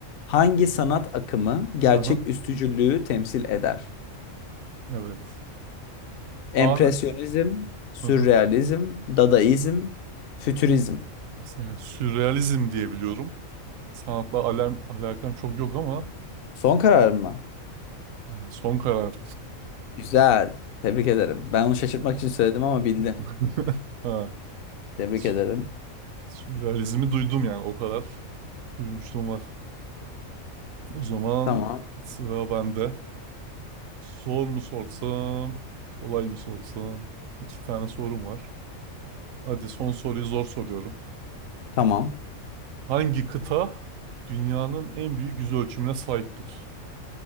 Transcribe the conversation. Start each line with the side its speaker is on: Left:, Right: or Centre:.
Left: Hangi sanat akımı gerçek
Right: Hı hı.
Left: üstücülüğü temsil eder?
Right: Evet.
Left: Empresyonizm,
Right: An
Left: sürrealizm,
Right: hı hı.
Left: dadaizm, fütürizm.
Right: Yani sürrealizm diye biliyorum. Sanatla alem alakam çok yok ama
Left: Son kararın mı?
Right: yani son karar.
Left: Güzel. Tebrik ederim. Ben onu şaşırtmak için söyledim ama bildin.
Right: <laughs> Ha.
Left: Tebrik
Right: sü-
Left: ederim.
Right: Sürrealizmi duydum yani o kadar. Duymuştum var. O zaman
Left: Tamam.
Right: sıra bende. Zor mu sorsam, kolay mı sorsam? İki tane sorum var. Hadi son soruyu zor soruyorum.
Left: Tamam.
Right: Hangi kıta dünyanın en büyük yüz ölçümüne sahiptir?